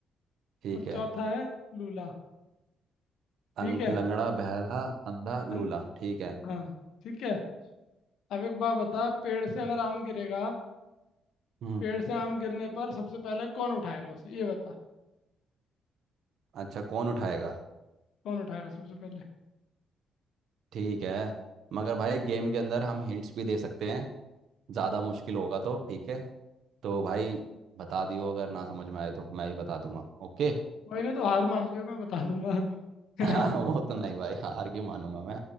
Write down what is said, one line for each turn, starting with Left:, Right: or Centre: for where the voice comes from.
Right: ठीक
Left: और
Right: है
Left: चौथा है लूला ठीक
Right: अंग,
Left: है
Right: लंगड़ा बहरा अंधा
Left: अन...
Right: लूला ठीक है
Left: हाँ ठीक है अब एक बात बता पेड़ से अगर आम गिरेगा
Right: हम्म
Left: पेड़ से आम गिरने पर सबसे पहले कौन उठाएगा उसे ये बता
Right: अच्छा कौन उठाएगा
Left: कौन उठाएगा सबसे पहले
Right: ठीक है मगर भाई गेम के अंदर हम हिंट्स भी दे सकते हैं ज़्यादा मुश्किल होगा तो ठीक है तो भाई बता दियो अगर ना समझ में आए तो मैं ही बता दूंगा ओके
Left: वही नहीं तो हार मान लियो मैं बता दूंगा <laughs>
Right: हाँ वो तो नहीं भाई हार की मानूंगा मैं